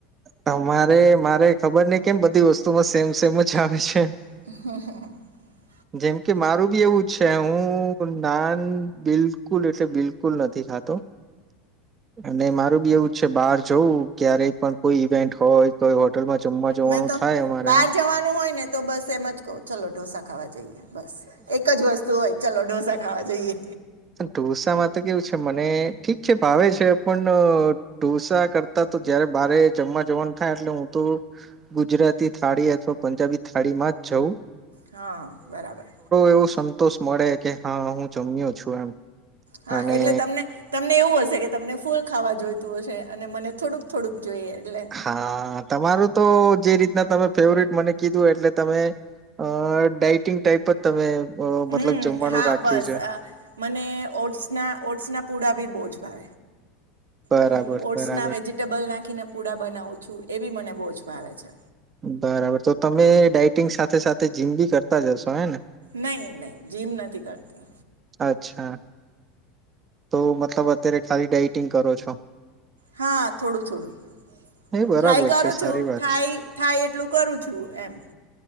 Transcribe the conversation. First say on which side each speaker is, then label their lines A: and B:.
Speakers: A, on the right (about 30°); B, on the right (about 90°).
A: તમારે મારે ખબર નહિ કેમ બધી વસ્તુમાં સેમ સેમ જ આવે છે.
B: હ <unintelligible>
A: જેમ કે મારું બી એવું જ છે હું નાન બિલકુલ એટલે બિલકુલ નથી ખા ખાતો. અને મારું બી એવું છે બહાર જવું ક્યારેય પણ કોઈ ઈવેન્ટ હોય તો હોટલમાં જમવા જવાનું
B: મેં તો,
A: થાય અમારે
B: બહાર જવાનું હોય ને તો બસ એમ જ કહ ચલો ઢોસા ખાવા જઈએ. બસ એક જ વસ્તુ હોય ચાલ ઢોસા ખાવા જઈએ.
A: ટુલસામાં તો કેવું છે મને ઠીક ચ ભાવે છે પણ ઢોસા કરતા તો જયારે બારે જમવા જવાનું થાય એટલે હું તો ગુજરાતી થાળી અથવા પંજાબી થાળી માં જ જવું.
B: હા બરાબર.
A: એવો સંતોષ મળે કે હા હું જમ્યો છું એમ.
B: હા
A: અને
B: એટલે તમને, તમને એવું હશે કે તમને ફૂલ ખાવા જોઈતું હશે અને મને થોડુંક થોડુંક જોઈએ એટલે
A: હા તમારું તો જે રીતે તમે ફેવરેટ મને કીધું એટલે તમે, અ ડાઈટિંગ ટાઈપ જ તમે અ મતલબ
B: હમ
A: જમવાનું
B: હા
A: રાખ્યું
B: બસ,
A: છે
B: મને ઓટ્સ ના ઓટ્સ ના પુડા ભી બો જ
A: બરાબર
B: હું ઓટ્સ
A: બરાબર
B: ના વેજીિટેબલ નાખીને પૂડા બનાવું છું. છું એ બી મને બહુ જ ભાવે છે.
A: બરાબર તો તમે ડઇટિંગ સાથે સાથે જીમ બી કરતા જશો હે ને.
B: નહી નહી જીમ નથી કરતી.
A: અચ્છા, તો મતલબ અત્યારે ખાલી ડઇટિંગ કરો છો.
B: હા થોડું થોડું.
A: એ બરાબર
B: ટ્રાય કરું
A: છે સારી
B: છું
A: વાત
B: થાય
A: છે
B: થાય એટલું કરું છું એમ.